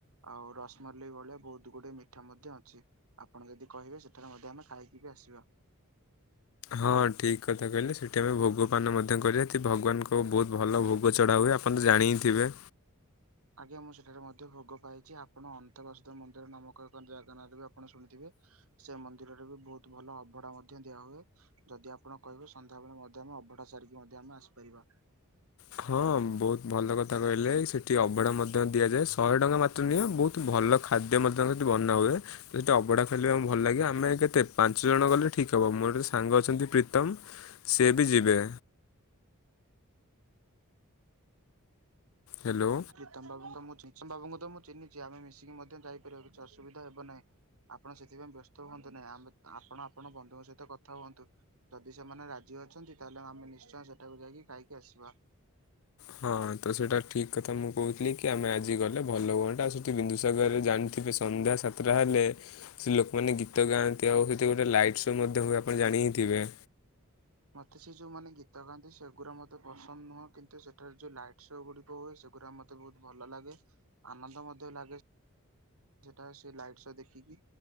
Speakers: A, on the right; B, on the left.
A: ଆଉ ରସମଲେଇ ଭଳିଆ ବହୁତ ଗୁଡେ ମିଠା ମଧ୍ୟ ଅଛି। ଆପଣ ଯଦି କହିବେ ସେଠାରେ ମଧ୍ୟ ଆମେ ଖାଇକି ବି ଆସିବା।
B: ହଁ ଠିକ୍ କଥା କହିଲେ ସେଠି ଆମେ ଭୋଗପାନ ମଧ୍ୟ କରିବା। ହେଠି ଭଗବାନଙ୍କ ବହୁତ ଭଲ ଭୋଗ ଚଢ଼ା ହୁଏ। ଆପଣ ତ ଜାଣି ହିଁ ଥିବେ।
A: ଆଜ୍ଞା ମୁଁ ସେଠାରେ ମଧ୍ୟ ଭୋଗ ପାଇଚି। ଆପଣ ଅନନ୍ତ ବାସୁଦେବ ମନ୍ଦିର ନାମକ ଏକ ଜାଗା ନାଁରେ ଆପଣ ଶୁଣିଥିବେ। ସେ ମନ୍ଦିରରେ ବି ବହୁତ ଭଲ ଅଭଢା ମଧ୍ୟ ଦିଆ ହୁଏ। ଯଦି ଆପଣ କହିବେ ସନ୍ଧ୍ୟାବେଳେ ମଧ୍ୟ ଆମେ ଅବଢ଼ା ସାରିକି ମଧ୍ୟ ଆମେ ଆସିପାରିବା।
B: ହଁ ବହୁତ ଭଲ କଥା କହିଲେ। ସେଠି ଅବଢା ମଧ୍ୟ ଦିଆଯାଏ ଶହେ ଟଙ୍କା ମା <unintelligible> ବହୁତ ଭଲ ଖାଦ୍ୟ ମଧ୍ୟ ସେଠି ବନା ହୁଏ। ସେଠି ଅବଢା ଖାଇଲେ ଆମକୁ ଭଲ ଲାଗେ। ଆମେ କେତେ ପାଞ୍ଚ ଜଣ ଗଲେ ଠିକ୍ ହେବ। ମୋର ଗୋଟେ ସାଙ୍ଗ ଅଛନ୍ତି ପ୍ରୀତମ ସିଏ ବି ଯିବେ। ହେଲୋ।
A: ପ୍ରିତମ ବାବୁଙ୍କୁ ମୁଁ ଚି ପ୍ରିତମ ବାବୁଙ୍କୁ ତ ମୁଁ ଚିହ୍ନିଚି। ଆମେ ମିଶିକି ମଧ୍ୟ ଯାଇପାରିବା କିଛି ଅସୁବିଧା ହେବ ନାହିଁ। ଆପଣ ସେଥିପାଇଁ ବ୍ୟସ୍ତ ହୁଅନ୍ତୁ ନାହିଁ। ଆମେ ତ ଆପଣ ଆପଣ ବନ୍ଧୁଙ୍କ ସହିତ କଥା ହୁଅନ୍ତୁ। ଯଦି ସେମାନେ ରାଜି ଅଛନ୍ତି ତାହେଲେ ଆମେ ନିଶ୍ଚୟ ସେଠାକୁ ଯାଇକି ଖାଇକି ଆସିବା।
B: ହଁ ତ ସେଟା ଠିକ୍ କଥା ମୁଁ କହୁଥିଲି କି ଆମେ ଆଜି ଗଲେ ଭଲ ହୁଅନ୍ତା। ଆଉ ସେଠି ବିନ୍ଦୁସାଗରରେ ଜାଣି ଥିବେ। ସନ୍ଧ୍ୟା ସାତଟା ହେଲେ ସେ ଲୋକମାନେ ଗୀତ ଗାଆନ୍ତି ଆଉ ସେଠି ଗୋଟେ ଲାଇଟ୍ ଶୋ ମଧ୍ୟ ହୁଏ। ଆପଣ ଜାଣିି ହିଁ ଥିବେ।
A: ମତେ ସେ ଯୋଉ ମାନେ ଗୀତ ଗାଆନ୍ତି ସେଗୁରା ମୋତେ ପସନ୍ଦ ନୁହଁ। କିନ୍ତୁ ସେଠାରେ ଯୋଉ ନାଇଟ୍ ଶୋ ଗୁଡିକ ହୁଏ ସେଗୁରା ମତେ ବହୁତ ଭଲ ଲାଗେ। ଆନନ୍ଦ ମଧ୍ୟ ଲାଗେ। ସେଠାରେ ସେ ଲାଇଟ୍ ଶୋ ଦେଖିକି।